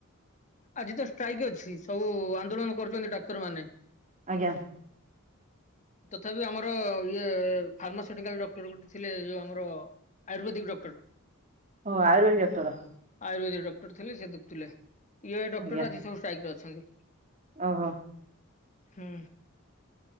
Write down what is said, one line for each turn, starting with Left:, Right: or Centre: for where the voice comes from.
Left: ଆଜି ତ ଷ୍ଟ୍ରାଇକ୍ ଅଛି ସବୁ ଆନ୍ଦୋଳନ କରୁଛନ୍ତି ଡାକ୍ତର ମାନେ।
Right: ଆଜ୍ଞା।
Left: ତଥାପି ଆମର ଇଏ ଫାର୍ମାସୁଟିକାଲ ଡକ୍ଟର ଗୋଟେ ଥିଲେ ଯୋଉ ଆମ ଧାରକଆୟୁର୍ବେଦିକ ଡାକ୍ତର
Right: ଓ ଆୟୁର୍ବେଦିକ ଡାକ୍ତର
Left: ଆୟୁ୍ବେଦିକ ଡଟର ଥିଲେ ସେ ଦୁଖୁଥିଲେ ଇଏ ଡକ୍ଟର
Right: ଆଜ୍ଞା
Left: ଆଜି ଷ୍ଟ୍ରାଇକସବୁାଇରେ ଅଛନ୍ତି।
Right: ଓହୋ
Left: ହଁ।